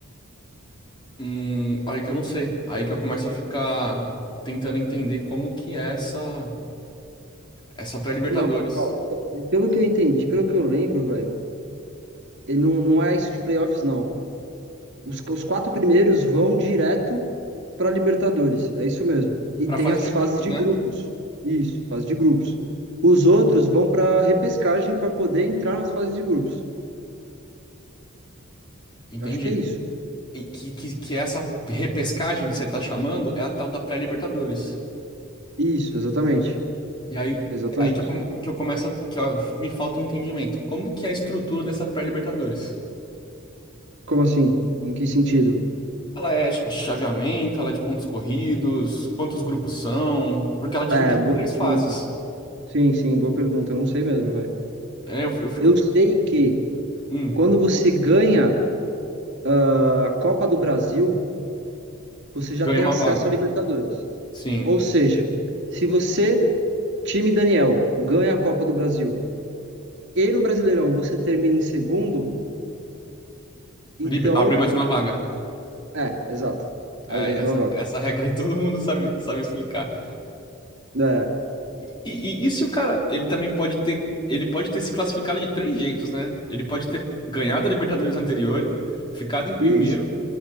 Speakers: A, on the left; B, on the right.
A: Hum, aí que eu não sei, aí que eu começo a ficar tentando entender como que é essa Essa pré-Libertadores.
B: Não, ó, pelo que eu entendi, pelo que eu lembro, velho, e não, não é isso de playoffs, não. Os, os quatro primeiros vão direto para Libertadores, é isso mesmo.
A: Pra Libertadores.
B: E
A: Pra
B: tem
A: fase
B: as
A: de
B: fases
A: grupos,
B: de
A: né?
B: grupos. Isso, fase de grupos. Os outros vão para repescagem para poder entrar nas fases de grupos.
A: Entendi.
B: Eu acho que é isso.
A: E que, que, que essa repescagem que você tá chamando é a tal da pré-Libertadores.
B: Isso, exatamente.
A: E aí,
B: Exatamente.
A: é aí que eu, come- que eu começo, a- que ó, me falta um entendimento. Como que é a estrutura dessa pré-Libertadores?
B: Como assim? Em que sentido?
A: Ela é de chaveamento, ela é de pontos corridos, quantos grupos são? Porque ela é dividida
B: É, boa
A: em três
B: pergunta.
A: fases.
B: Sim, sim, boa pergunta. Eu Não sei mesmo, velho.
A: É, eu, eu fico
B: Eu
A: aqui.
B: sei que
A: Hum,
B: quando você ganha ah, a Copa do Brasil, você já
A: ganhei
B: tem
A: uma
B: acesso
A: vaga.
B: à Libertadores.
A: Sim.
B: Ou seja, se você, time Daniel, ganha a Copa do Brasil e no Brasileirão você termina em segundo, então.
A: Liber- Abre mais uma vaga.
B: É, exato.
A: É,
B: Abre mais
A: essa,
B: uma vaga.
A: essa regra aí <laughs> todo mundo sabe, sabe explicar.
B: É,
A: E, e- e se o cara, ele também pode ter, ele pode ter se classificado de três jeitos, né? Ele pode ter ganhado a Libertadores anterior, ficado em primeiro
B: isso,